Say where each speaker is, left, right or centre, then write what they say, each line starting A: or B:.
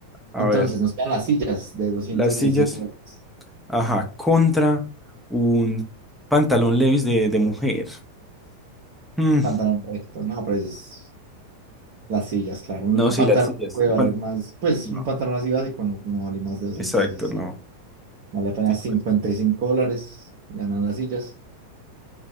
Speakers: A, in the centre; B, on the right.
A: A
B: Entonces
A: ver,
B: nos quedan las sillas de doscientos
A: las sillas.
B: diecisiete dólares.
A: Ajá, contra un pantalón Levi's de, de mujer. Mm,
B: Pantalón correcto. No, pero es las sillas, claro. Un
A: No, sí,
B: pantalón
A: las sillas.
B: no puede
A: un
B: valer
A: pan-
B: más. Pues
A: No,
B: un pantalón así básico no, no vale más de doscientos
A: exacto,
B: diecisiete
A: no.
B: Vale apenas
A: Sí,
B: 55
A: bueno.
B: dólares. Ganan las sillas.